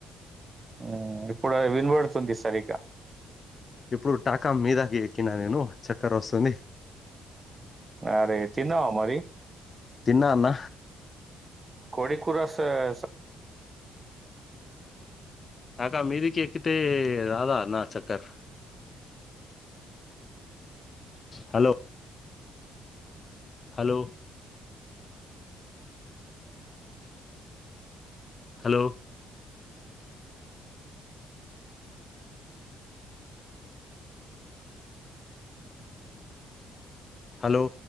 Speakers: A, on the right (about 30°); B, on the left (about 40°).
A: మ్ ఇప్పుడె వినబడుతుంది సరిగ్గ
B: ఇప్పుడు టాకా మీదాకి ఎక్కినా నేను చెక్కరొస్తుంది.
A: అరే తిన్నావా మరి
B: తిన్నా అన్న
A: కోడికూర వస్త్ స్
B: టాకా మీదికి ఎక్కితే రాదా అన్న చెక్కర్ హలొ హలో హలో హలో